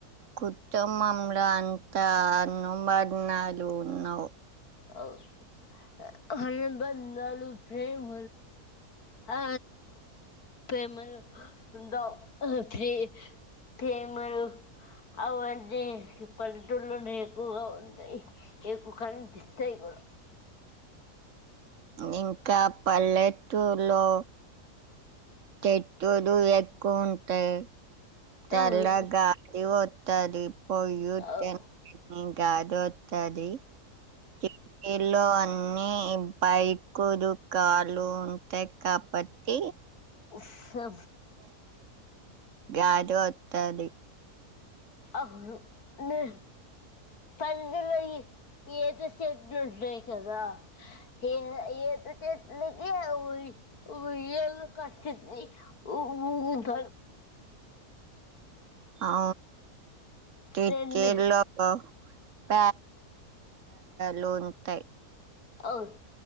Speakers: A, on the right; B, on the left.
A: కుటుంబంలో అంతా అన్నం పడినాాలు ఉన్నావు్
B: అ బలు ప్రేమ ఆ ప్రేమలు ఉందా ప్రే ప్రేమలు అవన్నీ పల్లెటూలోనే ఎక్కువగా ఉందియి ఎక్కువ కర స్్రయగడు
A: ఇంకా పల్లెటూ లో చెట్టులు ఎక్కువ ఉంటాయి తెల
B: అవును
A: గగాలి ఒతది పోయి్య
B: అవును
A: కాదు వస్తుదిలో అ అన్ని బైకురు కాలు ఉంటాయి కాబట్టి
B: చె
A: గజ ఒట్టది
B: అవును ని ప లో ఏద చెట్లు ఉంటన్నాయి కదా ఏ ఏ చెట్లకిఊ ఉయల కట్టఊ ముముద
A: అ టక
B: రెండు
A: లో ప లోన్ంతాయి
B: అవును